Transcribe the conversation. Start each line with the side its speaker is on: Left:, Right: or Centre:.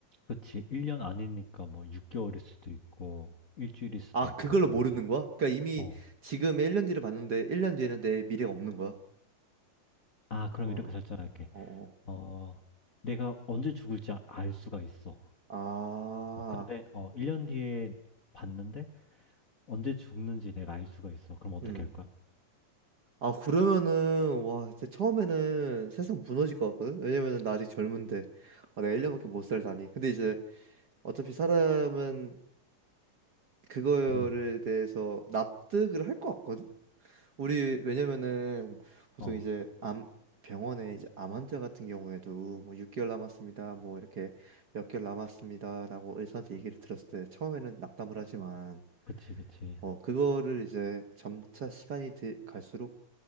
Left: 그치. 1년 아니니까 뭐 6개월일 수도 있고, 일주일일 수도
Right: 아,
Left: 있고,
Right: 그걸로
Left: 모르지.
Right: 모르는 거야? 그러니까 이미
Left: 어.
Right: 지금의 1년 뒤를 봤는데, 1년 뒤에는 내 미래가 없는 거야?
Left: 아, 그럼
Right: 어,
Left: 이렇게 설정할게.
Right: 어, 어.
Left: 어, 내가 언제 죽을지 아- 알 수가 있어.
Right: 아,
Left: 어, 근데, 어, 1년 뒤에 봤는데, 언제 죽는지 내가 알 수가 있어. 그럼 어떻게
Right: 음.
Left: 할 거야?
Right: 아, 그러면은, 와, 진짜 처음에는 세상 무너질 것 같거든? 왜냐면은 나 아직 젊은데. 아, 내가 1년밖에 못 살다니. 근데 이제 어차피 사람은 그거를
Left: 음,
Right: 대해서 납득을 할 것 같거든? 우리, 왜냐면은 보통
Left: 어,
Right: 이제 암, 병원에 이제 암 환자 같은 경우에도 뭐 6개월 남았습니다. 뭐 이렇게 몇 개월 남았습니다. 라고 의사한테 얘기를 들었을 때 처음에는 낙담을 하지만
Left: 그치, 그치.
Right: 어, 그거를 이제 점차 시간이 들- 갈수록